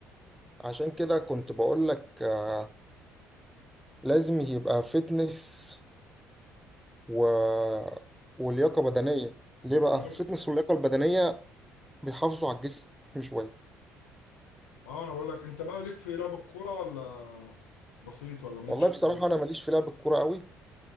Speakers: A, in the centre; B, on the left (about 80°).
A: عشان كده كنت بقول لك آه، لازم يبقى فتنس و... ولياقة بدنية ليه
B: بقول
A: بقى؟ الفتنس واللياقة البدنية بيحافظوا على الجسم شوية
B: اه انا بقول لك انت بقى ليك في لعب الكوره ولا بسيط ولا مالكش
A: والله
B: فيه
A: بصراحة أنا ماليش في لعب الكورة قوي